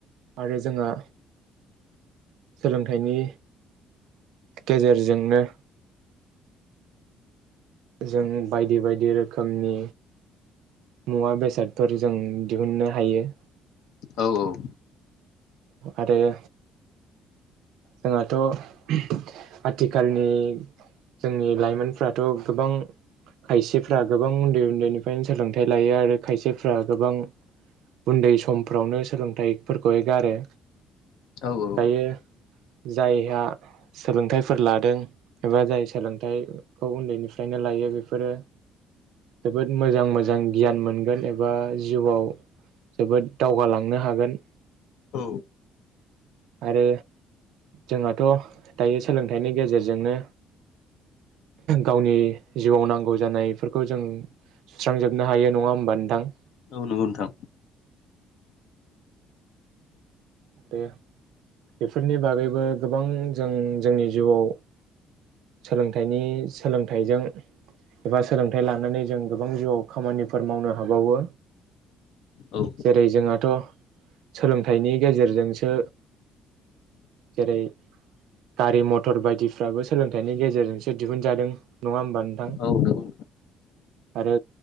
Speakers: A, on the right; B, on the left.
A: आरो जोंहा सोलोंथाइनि गेजेरजोंनो जों बायदि बायदि रोखोमनि मुवा बेसादफोर जों दिहुननो हायो।
B: औ औ।
A: आरो जोंहाथ' आथिखालनि जोंनि लाइमोनफ्राथ' गोबां खायसेफ्रा गोबां उन्दै उन्दैनिफ्रायनो सोलोंथाइ लायो आरो खायसेफ्रा गोबां उन्दै समफ्रावनो सोलोंथाइफोरखौहाय गारो।
B: औ औ।
A: दायो जायहा सोलोंथाइफोर लादों एबा जाय सोलोंथाइखौ उन्दैनिफ्रायनो लायो बेफोरो जोबोद मोजां मोजां गियान मोनगोन एबा जिउआव जोबोद दावगालांनो हागोन।
B: औ
A: आरो जोंहाथ' दायो सोलोंथाइनि गेजेरजोंनो गावनि जिउआव नांगौ जानायफोरखौ जों सुस्रांजोबनो हायो नङा होमबा नोंथां?
B: औ नंगौ नोंथां।
A: आरो बेफोरनि बागैबो गोबां जों जोंनि जिउआव सोलोंथाइनि सोलोंथाइजों एबा सोलोंथाइ लानानै जों गोबां जिउआव खामानिफोर मावनो हाबावो।
B: औ
A: जेरै जोंहाथ' सोलोंथाइनि गेजेरजोंसो जेरै गारि मटर बायदिफ्राबो सोलोंथायनि गेजेरजोंसो दिहुनजादों नंआ होनबा नोंथां?
B: औ नंगौ
A: आरो